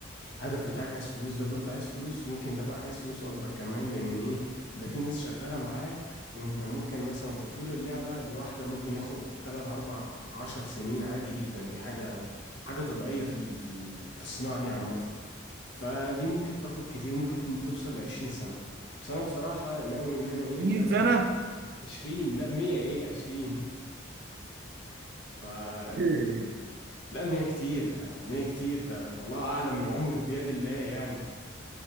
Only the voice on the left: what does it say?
الهدف بتاعك عايز فلوس ده برضه عايز فلوس وممكن ده بقى عايز فلوس أكبر كمان لأن إيه ده في ناس شغالة معاك وأنت ممكن مثلا تطوير اللعبة الواحدة ممكن ياخد تلات أربع عشر سنين عادي جدا دي حاجة حاجة طبيعية في ال... في ال... في الصناعة دي عامة فدي ممكن تاخد كتير ممكن توصل لعشرين سنة بس أنا بصراحة ناوي إن أنا إيه
اللي أنا
عشرين لا مية إيه عشرين فلا
ما هي كتير يعني ما هي كتير ده الله أعلم العمر بيد الله يعني